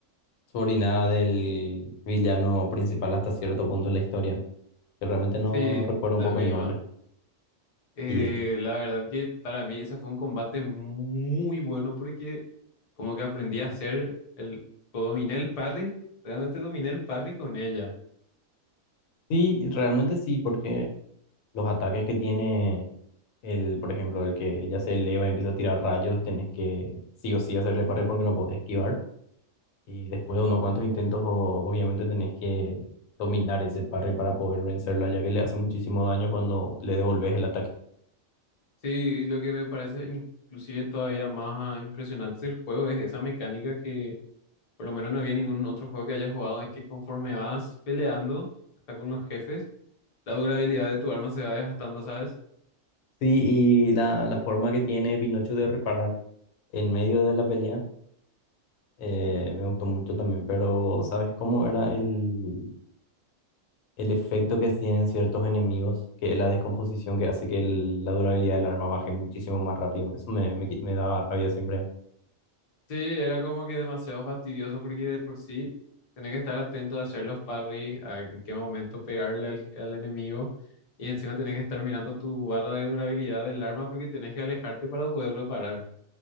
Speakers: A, on the left; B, on the left.
A: sobrina del villano principal hasta cierto punto de la historia, que realmente no,
B: Sí,
A: no recuerdo
B: la
A: un poco
B: misma.
A: el nombre.
B: Eh,
A: Y ella.
B: la verdad que para mí ese fue un combate muy bueno porque como que aprendí a hacer el, o dominé el parry, realmente dominé el parry con ella.
A: Sí, realmente sí, porque los ataques que tiene el, por ejemplo, el que ella se eleva y empieza a tirar rayos, tenés que sí o sí hacerle parry porque no podés esquivar. Y después de unos cuantos intentos, o- obviamente tenés que dominar ese parry para poder vencerla, ya que le hace muchísimo daño cuando le devolves el ataque.
B: Sí, y lo que me parece inclusive todavía más impresionante del juego es esa mecánica que por lo menos no había ningún otro juego que haya jugado, es que conforme vas peleando hasta con los jefes, la durabilidad de tu arma se va desgastando, ¿sabes?
A: Sí, y la, la forma que tiene Pinocho de reparar en medio de la pelea eh, me gustó mucho también, pero ¿sabes cómo era el, el efecto que tienen ciertos enemigos? Que es la descomposición que hace que el- la durabilidad del arma baje muchísimo más rápido. Eso me, me, qui- me daba rabia siempre.
B: Sí, era como que demasiado fastidioso porque de por sí tenés que estar atento a hacer los parries, a en qué momento pegarle al, al enemigo y encima tenés que estar mirando tu barra de durabilidad del arma porque tenés que alejarte para poder reparar.